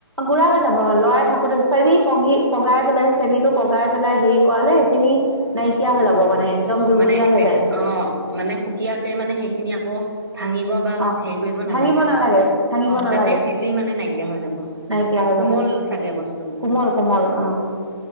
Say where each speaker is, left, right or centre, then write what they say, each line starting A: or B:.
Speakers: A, on the right (about 85°); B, on the right (about 55°).
A: গুঢ়া হৈ যাব লৰাই থাকোতে চেনি পগি পগাই পেলাই চেনিটো পগাই পেলাই হেৰি কৰালে সেইখিনি নাইকিয়া
B: অ
A: হৈ যব
B: অ
A: মানে একদম
B: অ
A: গুলগুলীয়া
B: মানে
A: হৈ
B: এক
A: যায় গৈ।
B: অ মানে সুকীয়াকে মানে সেইখিনি আকৌ ভাঙিব বা হেৰি
A: অ
B: কৰিব নালাগে
A: ভাঙিব
B: আৰু
A: ভাঙিব
B: অ
A: নালাগে
B: তাতে সিজি মানে নাইকিয়া হৈ যাব।
A: নাইকিয়া হৈ
B: কোমল
A: যাব,
B: চাগে বস্তুটো
A: কোমল কোমল অ'।